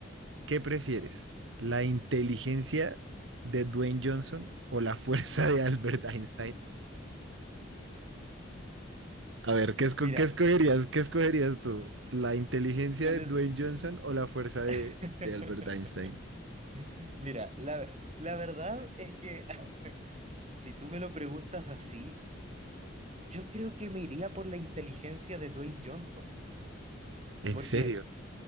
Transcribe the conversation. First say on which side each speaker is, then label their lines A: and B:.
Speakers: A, on the right; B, on the right.
A: ¿qué prefieres? ¿La inteligencia de Dwayne Johnson o la fuerza de Albert Einstein. A ver, ¿qué, esco-
B: Mira,
A: qué escogerías? ¿Qué escogerías tú? ¿La inteligencia
B: con
A: de
B: el-
A: Dwayne Johnson o la fuerza de,
B: <laughs>
A: de Albert Einstein?
B: Mira, la, la verdad es que <laughs> si tú me lo preguntas así, yo creo que me iría por la inteligencia de Dwayne Johnson,
A: ¿En
B: porque
A: serio?